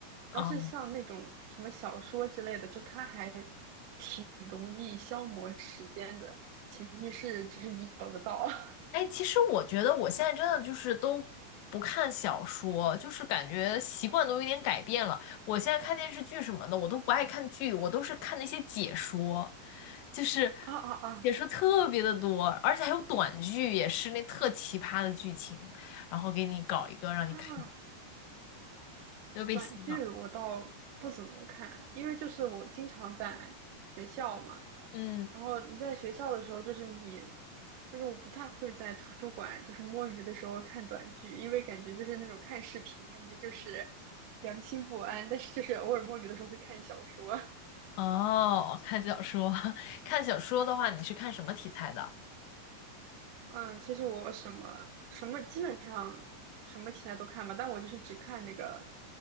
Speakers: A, on the left; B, on the right.
A: 哦
B: 主要是像那种什么小说之类的，就它还挺容易消磨时间的，前提是就是你找得到。<laughs>
A: 哎，其实我觉得我现在真的就是都不看小说，就是感觉习惯都有点改变了。我现在看电视剧什么的，我都不爱看剧，我都是看那些解说，就是
B: 啊啊啊
A: 解说特别的多，而且还有短剧，也是那特奇葩的剧情，然后给你搞一个让你看，
B: 啊！
A: 又被洗脑。
B: 短剧我倒不怎么看，因为就是我经常在学校嘛，
A: 嗯，
B: 然后你在学校的时候，就是你，就是我不太会在图书馆就是摸鱼的时候看短剧，因为感觉就是那种看视频，感觉就是良心不安。但是就是偶尔摸鱼的时候会看小说。
A: 哦，看小说，<laughs> 看小说的话，你是看什么题材的？
B: 嗯，其实我什么什么基本上什么题材都看吧，但我就是只看那个